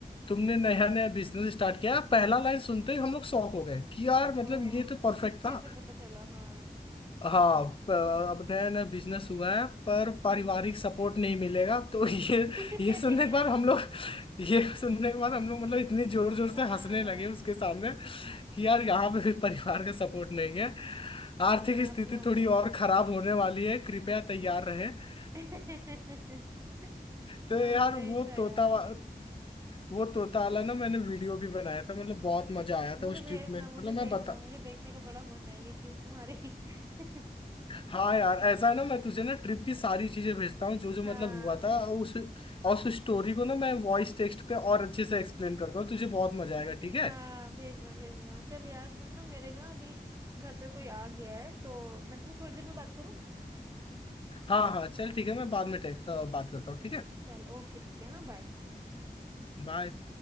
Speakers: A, on the left; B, on the right.
A: तुमने नया नया बिजनेस स्टार्ट किया पहला लाइन सुनते ही हम लोग शॉक हो गए कि यार मतलब
B: ओ
A: ये तो परफेक्ट
B: तुम्हें कैसे
A: था
B: पता चला हाँ
A: हाँ प- अब नया नया बिजनेस हुआ है पर
B: हम्म
A: पारिवारिक
B: हम्म
A: सपोर्ट नहीं मिलेगा तो <laughs> ये
B: <laughs>
A: ये सुनने के बाद हम लोग ये सुनने के बाद हम लोग मतलब इतने जोर जोर
B: हाँ
A: से हंसने लगे उसके सामने कि यार यहाँ पे भी परिवार का सपोर्ट नहीं है आर्थिक
B: हाँ
A: स्थिति
B: अपने आप
A: थोड़ी
B: से करना
A: और खराब
B: है
A: होने वाली है कृपया तैयार रहें <laughs>
B: <laughs>
A: तो
B: हाँ
A: यार
B: सही
A: वो
B: था यार
A: तोता वा- वो तोता वाला ना मैंने वीडियो भी बनाया था मतलब बहुत मजा आया
B: मुझे
A: था उस
B: भेजना
A: ट्रिप में मतलब
B: मुझे भेजना
A: मैं बता
B: मुझे देखने का बड़ा मन है ये चीज तुम्हारी <laughs>
A: हाँ यार ऐसा है ना मैं तुझे ना ट्रिप की सारी चीजें भेजता हूँ जो जो
B: हाँ
A: मतलब हुआ था उस और उस स्टोरी को ना मैं वॉइस टेक्स्ट पे और अच्छे से एक्सप्लेन करता हूँ तुझे बहुत मजा आएगा ठीक है
B: हाँ भेजना भेजना चल यार सुन ना मेरे ना अभी घर पे कोई आ गया है तो मैं तो थोड़ी देर में बात करूँ
A: हाँ हाँ चल ठीक है मैं बाद में टे- अ, बात करता हूँ ठीक है
B: चल ओके ठीक है हाँ बाय
A: बाय